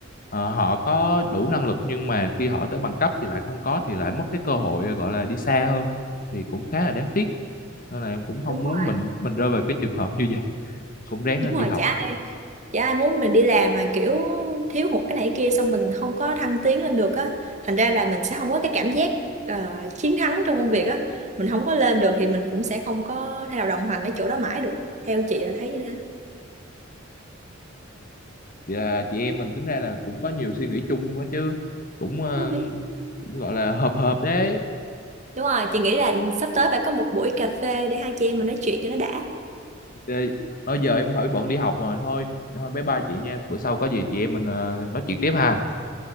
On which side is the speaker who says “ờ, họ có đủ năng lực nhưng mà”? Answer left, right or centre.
Left